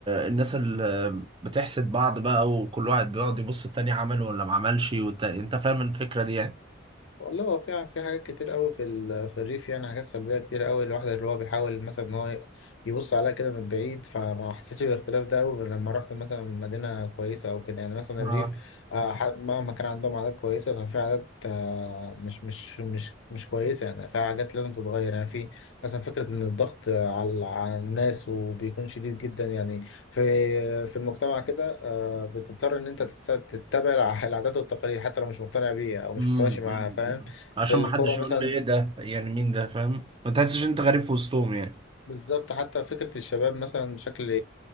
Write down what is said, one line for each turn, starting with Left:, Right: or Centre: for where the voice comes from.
Right: الناس اللي بتحسد بعض بقى وكل واحد بيقعد يبص التاني عمل ولا ما عملش وت... انت فاهم الفكرة دي يعني
Left: والله هو في في حاجات كتير قوي في ال- في الريف يعني حاجات سلبيه كتير قوي الواحد اللي هو بيحاول مثلا ان هو يبص عليها كده من بعيد فما حسيتش بالاختلاف ده قوي غير لما رحت مثلا مدينه كويسه او كده يعني مثلا
Right: اه
Left: الريف آه، ح- مهما كان عندهم عادات كويسه ففي عادات آه، مش مش مش مش كويسه يعني في حاجات لازم تتغير يعني في مثلا فكره ان الضغط على على الناس وبيكون شديد جدا يعني في في المجتمع كده آه، بتضطر ان انت تت- تتبع الع- العادات والتقاليد حتى لو مش مقتنع بيها او مش
Right: مم،
Left: متماشي معاها
Right: مم،
Left: فاهم
Right: مم. عشان
Left: في القرى
Right: ما حدش
Left: مثلا
Right: يقول لي ايه ده يعني مين ده فاهم ما تحسش انت غريب في وسطهم يعني
Left: بالظبط حتى فكرة الشباب مثلا بشكل